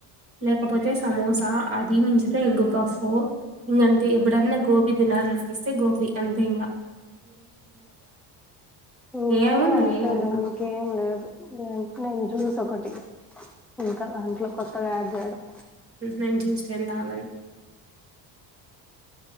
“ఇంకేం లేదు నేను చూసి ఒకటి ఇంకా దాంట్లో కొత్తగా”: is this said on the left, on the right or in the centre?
Centre